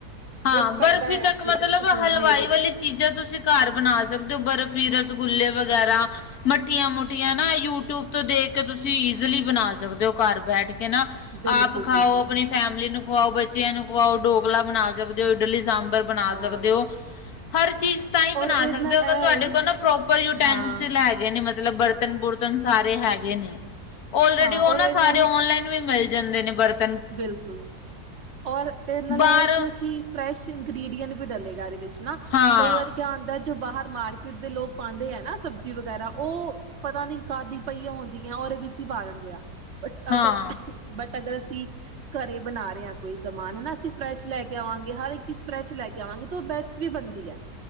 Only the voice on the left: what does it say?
ਹਾਂ, ਬਰਫ਼ੀ
ਤੱਕ
ਮਤਲਬ
ਹਲਵਾਈ ਵਾਲੀ ਚੀਜ਼ਾਂ ਤੁਸੀਂ ਘਰ ਬਣਾ ਸਕਦੇ ਹੋ ਬਰਫ਼ੀ, ਰਸਗੁੱਲੇ ਵਗੈਰਾ। ਮੱਠੀਆਂ- ਮੁੱਠੀਆਂ ਨਾ ਯੂਟਿਊਬ ਤੋਂ ਦੇਖ ਕੇ ਤੁਸੀਂ ਈਜ਼ਲੀ ਬਣਾ ਸਕਦੇ ਹੋ ਘਰ ਬੈਠ ਕੇ। ਹੈਨਾ
ਆਪ ਖਾਓ
ਆਪਣੀ ਫੈਮਲੀ ਨੂੰ ਖਵਾਓ, ਬੱਚਿਆਂ ਨੂੰ ਖਵਾਓ ਡੋਕਲਾ ਬਣਾ ਸਕਦੇ ਹੋ ਇਡਲੀ ਸਬਰ ਬਣਾ
ਸਕਦੇ ਹੋ। ਹਰ ਚੀਜ਼ ਤਾਂ ਹੀ
ਬਣਾ
ਸਕਦੇ
ਹੋ ਅਗਰ
ਤੁਹਾਡੇ
ਕੋਲ ਨਾ ਪ੍ਰੋਪਰ ਯੂਟੈਂਸਿਲ
ਹੈਗੇ ਨੇ ਮਤਲਬ ਮਤਲਬ ਬਰਤਨ-ਬੁਰਤਨ ਸਾਰੇ ਹੈਗੇ ਨੇ ਲਰੇਡੀ
ਉਹ
ਨਾ
ਸਾਰੇ
ਔਨਲਾਈਨ ਵੀ ਮਿਲ ਜਾਂਦੇ ਨੇ ਬਰਤ
ਬਾਹਰ
ਹਾਂ,
ਹਾਂ।